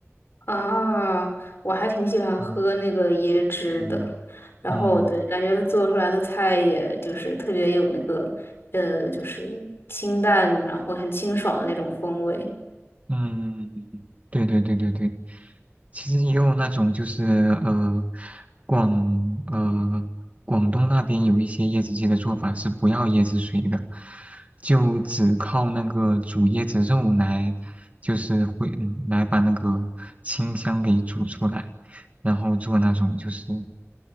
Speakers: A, on the left; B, on the right.
A: 啊，我还挺喜欢喝那个椰汁的。
B: 嗯嗯
A: 然后对，
B: 嗯，
A: 感觉做出来的菜也就是特别有那个呃，就是清淡，然后很清爽的那种风味。
B: 嗯，对对对对对，其实也有那种就是呃，广呃广东那边有一些椰子鸡的做法是不要椰子水的，就只靠那个煮椰子肉来，就是会嗯来把那个清香给煮出来，然后做那种就是